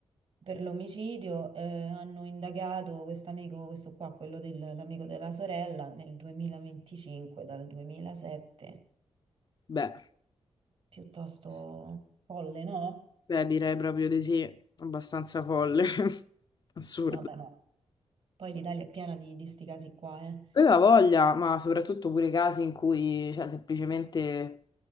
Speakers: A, on the right; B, on the left.
A: per l'omicidio, eh, hanno indagato questo amico, questo qua, quello dell'amico della sorella, nel 2025, dal 2007
B: beh,
A: piuttosto folle, no?
B: beh, direi proprio di sì, abbastanza folle, <laughs> assurdo.
A: Vabbè, ma poi l'Italia è piena di, di sti casi qua, eh.
B: Aveva voglia, ma soprattutto pure casi in cui, cioè, semplicemente